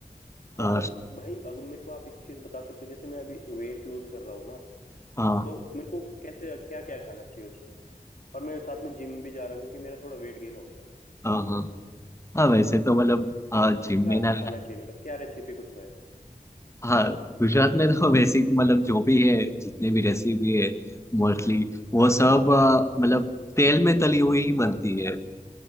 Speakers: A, on the left; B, on the left.
A: हाँ
B: हाँ
A: पर भाई अगर मेरे को आप एक चीज बता सकते हो जैसे मैं अभी वेट लूज कर रहा हूँ ना
B: हाँ
A: तो मेरे को कैसे क्या क्या खाना चाहिए उसमें और मैं साथ में जिम भी जा रहा हूँ क्योंकि मेरा थोड़ा वेट गेन हो गया है
B: हाँ हाँ हाँ वैसे तो मतलब हाँ
A: तो मेरे
B: जिम
A: को क्या
B: में ना ना-
A: खाना चाहिए मतलब क्या रेसिपी कुछ है
B: हाँ गुजरात में तो बेसिक मतलब जो भी है जितने भी रेसिपी है मोस्टली वो सब अ, मतलब तेल में तली हुई ही बनती है